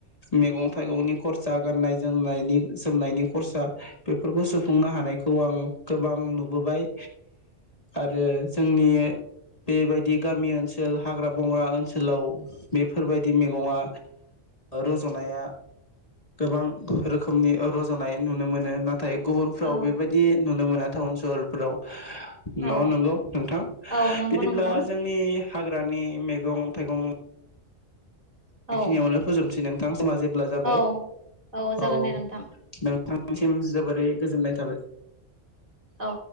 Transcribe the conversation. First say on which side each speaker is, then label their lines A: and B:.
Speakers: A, on the left; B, on the right.
A: मैगं थाइगंनि खरसा गाननाय जोमनायनि जोमनायनि खरसा बेफोरखौ सुफुंनो हानायखौ आं गोबां नुबोबाय आरो जोंनि बेबायदि गामि ओनसोल हाग्रा बंग्रा ओनसोलाव बेफोरबायदि मैगङा रजनाया गोबां रोखोमनि रजनाय नुनो मोनो ना नाथाय गुबुनफ्राव
B: औ
A: बेबायदि नुनो मोना टाउन सहरफ्राव
B: औ
A: न नंगौ नोंथां
B: औ नंगौ
A: बिदिब्ला
B: नोंथां
A: जोंनि हाग्रानि मैगं-थाइगं
B: औ
A: बेखिनियावनो फोजोबनोसै नों थां समा जो जाबाय
B: औ जागोन
A: औ
B: दे नोंथां
A: नोंथांसिम
B: दे
A: जोबोरै गोजोननाय थाबाय।
B: औ